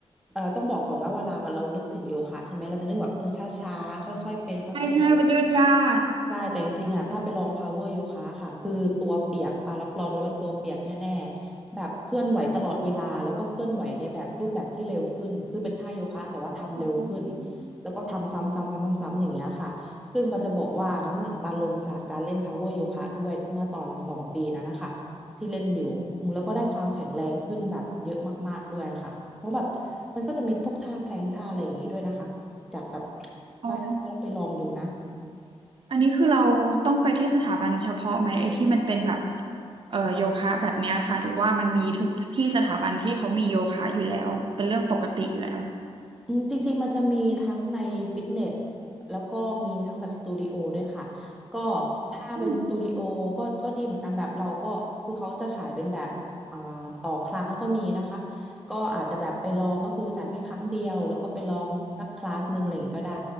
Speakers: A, in the centre; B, on the right.
A: เอ่อต้องบอกก่อนว่าเวลาเรานึกถึงโยคะใช่ไหมเราจะนึกแบบเออช้าๆค่อยๆเป็นค่อยๆไป
B: ใช่ใช่มันยืดยาด
A: ใช่แต่จริงๆอ่ะถ้าไปลอง power โยคะค่ะคือตัวเปียกปารับรองเลยว่าตัวเปียกแน่ๆแบบเคลื่อนไหวตลอดเวลาแล้วก็เคลื่อนไหวในแบบรูปแบบที่เร็วขึ้นคือเป็นท่าโยคะแต่ว่าทำเร็วขึ้น
B: อ๋อ
A: แล้วก็ทำซ้ำๆซ้ำๆๆๆอย่างเงี้ยค่ะซึ่งปาจะบอกว่าน้ำหนักปาลงจากการเล่น power โยคะด้วยเมื่อตอนสองปีนั้นนะคะที่เล่นอยู่อืมแล้วก็ได้ความแข็งแรงขึ้นแบบเยอะมากๆด้วยค่ะเพราะแบบมันก็จะมีพวกท่าแพลงท่าอะไรอย่างงี้ด้วยนะคะจากแบบ
B: อ๋อ
A: น่าจะต้องไปลองดูนะ
B: อันนี้คือเราต้องไปที่สถาบันเฉพาะไหมไอ้ที่มันเป็นแบบเอ่อโยคะแบบเนี้ยค่ะหรือว่ามันมีทุกที่สถาบันที่เขามีโยคะอยู่แล้วเป็นเรื่องปกติอยู่แล้ว
A: อืมจริงๆมันจะมีทั้งในฟิตเนสแล้วก็มีทั้งแบบสตูดิโอด้วยค่ะก็ถ้าเป็นสตูดิโอก็ก็ดีเหมือนกันแบบเราก็คือเขาจะขายเป็นแบบอ่าต่อครั้งก็มีนะคะ
B: อืม
A: ก็อาจจะแบบไปลองก็คือจ่ายแค่ครั้งเดียวแล้วก็ไปลองสักคลาสหนึ่งอะไรอย่างงี้ก็ได้